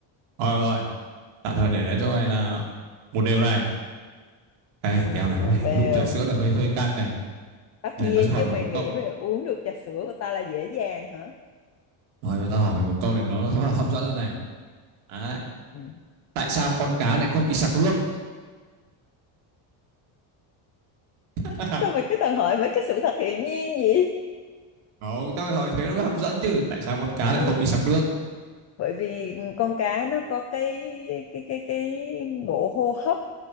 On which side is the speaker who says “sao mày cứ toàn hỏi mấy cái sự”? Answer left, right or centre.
Left